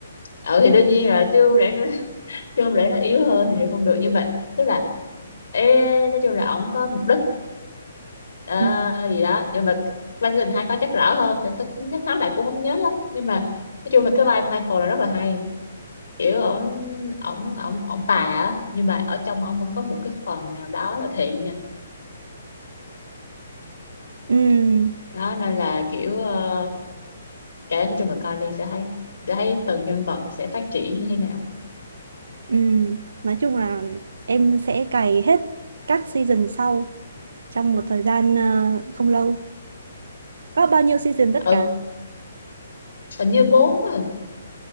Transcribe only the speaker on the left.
ừ thì đương nhiên là chứ không lẽ nó <laughs> chứ không lẽ nó yếu hơn thì không được nhưng mà tức là ê, nói chung là ổng có mục đích ờ,
gì đó nhưng mà vai tình hai có chắc rõ hơn tại tôi nhớ nói lại cũng không nhớ lắm nhưng mà nói chung là cái vai Michael là rất là hay kiểu ổng ổng ổng ổng tà á nhưng mà ở trong ổng vẫn có một cái phần nào đó là thiện nha
đó nên là kiểu ờ, cái nói chung là coi đi sẽ thấy sẽ thấy từng nhân vật sẽ phát triển như thế nào
ừ
hình như bốn à.